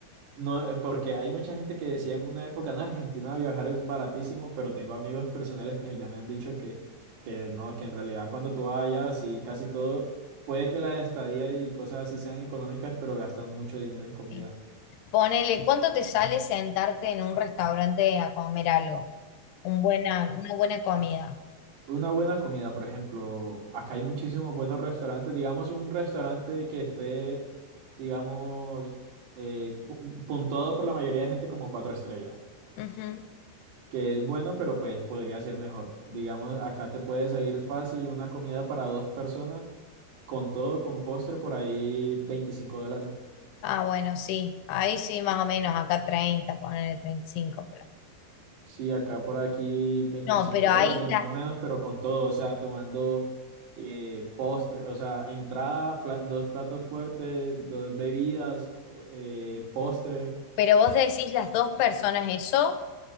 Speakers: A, on the right; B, on the left.
A: no, eh, porque hay mucha gente que decía en una época, en Argentina viajar es baratísimo, pero tengo amigos personales que ya me han dicho que, que no, que en realidad cuando tú vayas y casi todo, puede que la estadía y cosas así sean económicas, pero gastan mucho dinero en comida.
B: sí. Ponele, ¿cuánto te sale sentarte en un restaurante a comer algo? Un buena, una buena comida.
A: Una buena comida, por ejemplo, acá hay muchísimos buenos restaurantes, digamos un restaurante que esté, digamos, eh, pu- puntuado por la mayoría de gente como cuatro estrellas,
B: Ujú.
A: que es bueno, pero pues podría ser mejor. Digamos, acá te puede salir fácil una comida para dos personas, con todo, con postre, por ahí 25 dólares.
B: Ah, bueno, sí. Ahí sí, más o menos, acá 30 ponele 35, pero...
A: Sí, acá por aquí 25
B: No, pero
A: dólares
B: ahí, la-
A: más o menos, pero con todo, o sea, tomando eh, postre, o sea, entrada, pla- dos platos fuertes, dos bebidas, o- eh, postre.
B: pero vos decís las dos personas eso.